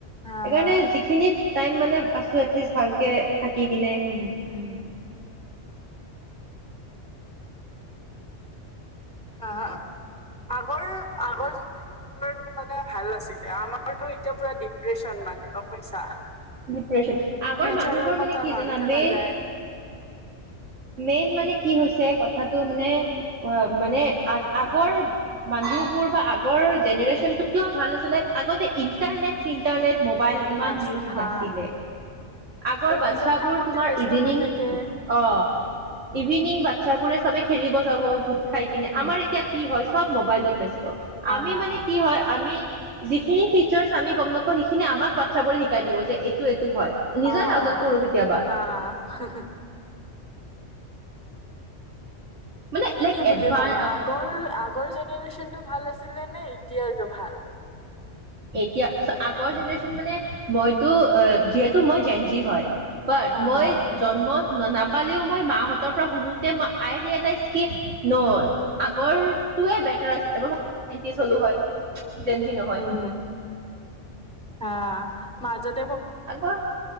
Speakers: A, in the centre; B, on the right.
A: হা
B: সেইকাৰণে
A: হা
B: যিখিনিত। টাইম মানে আছোঁ এটলিচ ভালকে থাকি। কিনে
A: উম-উম। হা আ আগৰ-আগৰ যুগৰ মানুহ মানে ভাল আছিলে। আমাৰতো এতিয়া পুৰা ডিপ্ৰেচন মানে গম পাইছা।
B: ডিপ্ৰে্চন আগৰ
A: ফিউচাৰৰ
B: মানুহবোৰ
A: কথা
B: মানে কি
A: ভাবি
B: জানা
A: থকা
B: মেইন।
A: যায়
B: মেইন মানে কি হৈছে কথাটো মানে। অ
A: উম
B: মানে আ আগৰ মানুহবোৰ বা আগৰ জেনেৰেশ্যন টো কিয় ভাল আছিলে। আগতে ইণ্টাৰনেট চিটাৰনেট। মোবাইল ইমান
A: নাচি
B: ইউজ
A: হা
B: নাছিলে। আগৰ
A: ত'
B: বাচ্ছাবোৰ
A: নিজৰ কামতে
B: তোমাৰ
A: ব্যস্ত
B: ইভিনিং
A: হৈ থাকে।
B: অ', ইভিনিং বাচ্ছাবোৰে সবে খেলিব যাব। খাই কিনে
A: উম।
B: আমাৰ এতিয়া কি হয়। চব মোবাইলত ব্যস্ত।
A: হা
B: আমি
A: হা
B: মানে কি হয় আমি। যিখিনি ফিচাৰ্চ আমি গমাপাওঁ সেইখিনি আমাক বাচ্ছা বোৰে শিকাই দিব যে এইটো। হয় নিজৰ
A: অহ
B: লাজত
A: অহ
B: পৰো
A: ঋ
B: কেতিয়াবা
A: হা আ হে হে <unintelligible>
B: মানে
A: তুমি
B: লাইক
A: কি বুলি
B: এডভান
A: ভাবা? আগৰ আগৰ যে জেনেৰেশ্যনটো ভাল আছিলে নে এতিয়াৰ টো ভাল।
B: এতিয়া আগৰ জেনেৰেশ্যন মানে মইতো যিহেতু মই জেনজি হয়। বাট
A: হা
B: মই
A: হা
B: জন্মত ন নাপ পালেও মই মাহঁতৰ পৰা শুনোতে মই আই ৰিয়েলাইজ কি নল আগৰটোৱে বেটাৰ আছিল <unintelligible> এন্টিছ হলোঁ হয় জেন জি নহয়
A: উম হম হা মাজত
B: আগৰ